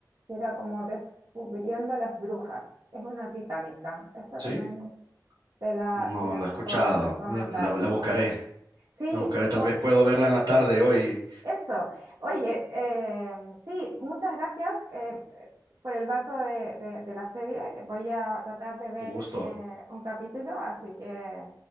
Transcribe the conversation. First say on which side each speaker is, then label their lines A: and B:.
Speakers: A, on the right; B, on the right.
A: que era como Descubriendo las Brujas. Es una británica. Esa
B: ¿Sí?
A: también te la,
B: No,
A: te la
B: la he escuchado.
A: puedo recomendar.
B: La, la- la buscaré.
A: Sí,
B: La buscaré. Tal
A: o-
B: vez puedo verla en la tarde hoy.
A: eso. Oye, eh, sí, muchas gracias eh, por el dato de, de- de la serie. Voy a tratar de ver
B: Un gusto.
A: eh, un capítulo, así que